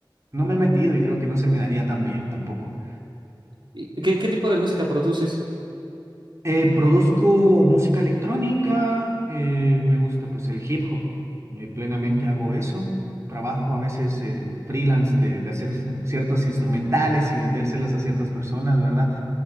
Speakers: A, on the right; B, on the right.
A: no me he metido y creo que no se me daría tan bien tampoco.
B: ¿Y ¿Qué, qué tipo de música produces?
A: Eh, produzco música electrónica, eh, me gusta pues el hip hop, eh, plenamente hago eso. Trabajo a veces eh, freelance de, de hacer ciertos instrumentales y vendérselas a ciertas personas, ¿verdad?